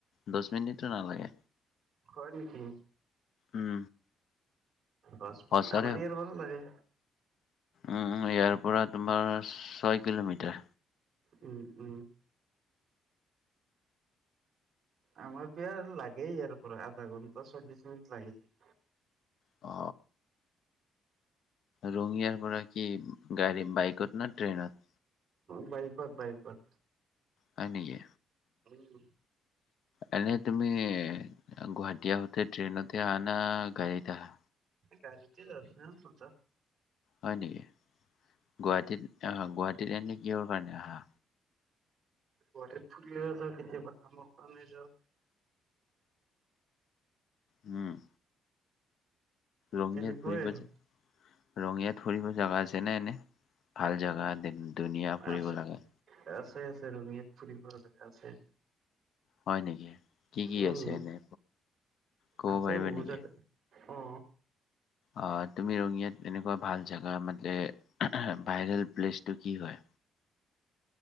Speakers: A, on the left (about 50°); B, on the right (about 30°).
A: দহ মিনিটটো নালাগে
B: হয় নেকি?
A: উম
B: ৰশ্মিন
A: সঁচাৰে
B: আমাৰ ইয়াৰ সমান ভাল লাগে
A: উম ইয়াৰ পৰা তোমাৰ ছয় কিলোমিটাৰ
B: উম উম আমাৰ ইয়াৰ লাগেই ইাৰ পৰা আধা ঘন্টা চল্লিশ লাগি যায়।
A: অ ৰঙিয়াৰ পৰা কি গাড়ী বাইকত না ট্ৰেইনত
B: বাইকত বাইকত
A: হয় নেকি
B: উম,
A: এ তুমি গুৱাহাটীওতে ট্ৰেইনতে আহ না গাড়ীত আহা।
B: গাড়ি <unintelligible> য আছ ন নত
A: হয় নেকি? গুৱাহাটীত অ গুৱাহাটীত এনে কিহৰ কাৰণে আহা।
B: গুৱাহাটী ফুৰিব যাওঁ কেতিয়াবা কামৰ ক ন হৈ যাওঁ।
A: উম ৰঙিয়াত
B: তেনেকুৱাই
A: ফুৰি
B: আৰু
A: জায়। ৰঙিয়াত ফুৰিব জাগা আছে ন এনে ভাল জোগা ধুনীয়া ফুৰিব
B: আছে
A: লগা।
B: আছে আছে ৰঙিয়া ফুৰিব ব জাগা আছে।
A: হয় নেকি? কি কি
B: উম
A: আছে এনে ক'ব
B: আছে
A: পাৰিব
B: বহুত
A: নেকি?
B: জেগা অ
A: অ তুমি ৰঙিয়াত এনেকুৱা ভাল জেগা মানে ভাইৰেল প্লেচটো কি হয়।